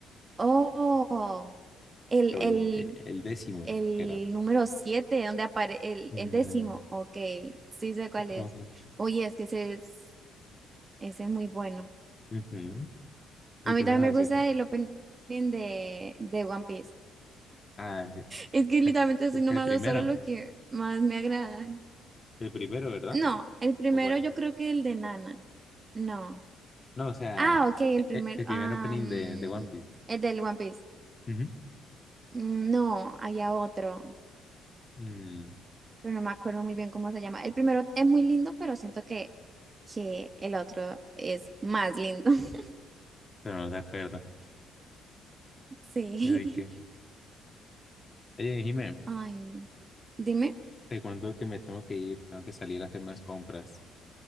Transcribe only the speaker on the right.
Oh, el,
el
El
número 7 donde aparece el,
el décimo. Ok, sí sé cuál es.
Oye, es que ese es, ese es muy bueno.
A
mí
también
me gusta
el opening de, de One Piece. <laughs>
Es que literalmente
estoy
nombrando
solo lo que más me agrada.
No, el primero
yo creo que el de Nana. No.
Ah, ok, el
primer.
ah,
mm,
el del One Piece.
Mm, No, había otro,
pero no me acuerdo muy bien cómo se llama. El primero es muy lindo, pero siento que que el otro es más lindo. <laughs>
Sí.
Ay, dime.